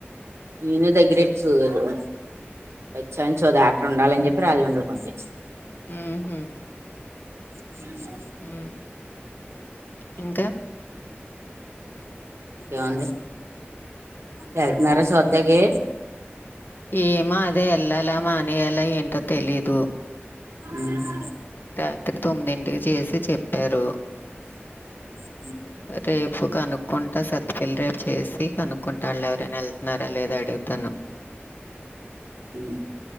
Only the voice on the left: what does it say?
హుహు.
హ్మ్. ఇంకా
ఏమో అదే ఎల్లలా మానేయలా ఏంటో తెలీదు
రాత్రి తొమ్మిదింటికి చేసి చెప్పారు
రేపు కనుక్కుంటా సత్పిల్లి రేపు చేసి కనుక్కుంటడు లే ఎవరైనా వెళ్తున్నారా లేదా అడుగుతాను